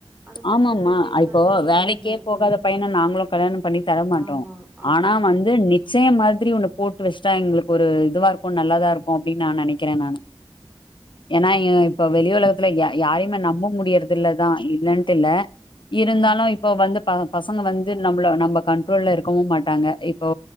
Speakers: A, on the right; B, on the left.
A: அதுக்கப்புறம்
B: ஆமங்மா
A: போய் பேசினாலுமே
B: இப்போ
A: கொஞ்சம்
B: வேலைக்கே
A: வந்து இதா இருக்கும்
B: போகாத
A: இல்லையா
B: பையன நாங்களும் கல்யாணம் பண்ணி தர மாட்டோ
A: ஆமா ஆமா
B: ஆனா வந்து நி ச்சயம் மாதிரி ஒன்னு போட்டு வச்சிட்டா எங்களுக்கு ஒரு இதுவா இருக்கும் நல்லதா இருக்கு அப்டின்னு நா நனைக்கிறே நானு ஏன்னா இப்ப வெளி உலகத்துல ய யாரையுமே நம்ப முடியறது இல்லதா இல்லன்னு துல்ல இருந்தாலும்
A: ம் ம்
B: இப் இப்போ வந்து ப பசங்க வந்து நம்பள நம்ம கண்ட்ரோல்ல இருக்கவு மாட்டாங்க இப்போ